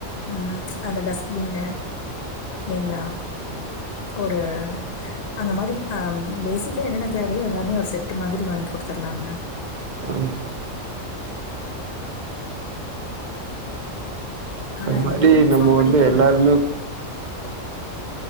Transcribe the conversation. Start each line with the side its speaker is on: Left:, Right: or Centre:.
Left: உம் அந்த டஸ்ட்பின்னு இல்லைங்ளா ஒரு அந்த மாரி ஆ பேசிக் கு என்னென்ன தேவையோ எல்லாமே ஒரு செட்டு மாதிரி வாங்கி குடுத்துர்லாங்க
Right: ஆமா
Left: ஆனால்
Right: அது
Left: இந்த
Right: மாரி
Left: குரூப்
Right: நம்ம
Left: ஃபார்ம் பண்ணிட்டோன்னா
Right: வந்து எல்லார்மே